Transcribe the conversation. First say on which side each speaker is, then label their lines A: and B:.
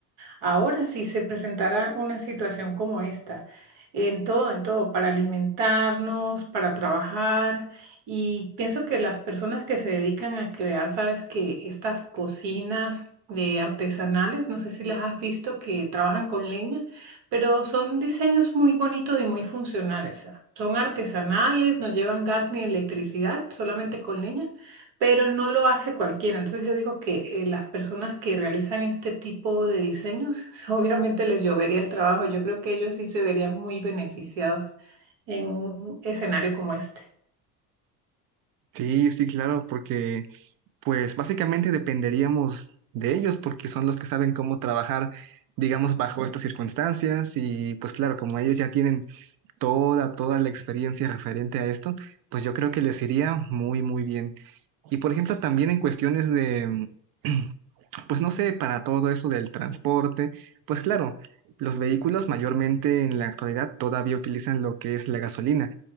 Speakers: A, on the right; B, on the right.
A: Ahora, si se presentara una situación como esta, en todo, en todo, para alimentarnos, para trabajar, y pienso que las personas que se dedican a crear, sabes que estas cocinas de artesanales, no sé si las has visto, que trabajan con leña, pero son diseños muy bonitos y muy funcionales. o sea, Son artesanales, no llevan gas ni electricidad, solamente con leña pero no lo hace cualquiera. Entonces yo digo que eh, las personas que realizan este tipo de diseños, <laughs> obviamente les llovería el trabajo. Yo creo que ellos sí se verían muy beneficiados en un escenario como este.
B: Sí, sí, claro, porque pues básicamente dependeríamos de ellos porque son los que saben cómo trabajar, digamos, bajo estas circunstancias y pues claro, como ellos ya tienen toda, toda la experiencia referente a esto, pues yo creo que les iría muy, muy bien. Y por ejemplo, también en cuestiones de... <clears throat> pues no sé, para todo eso del transporte, pues claro, los vehículos mayormente en la actualidad todavía utilizan lo que es la gasolina,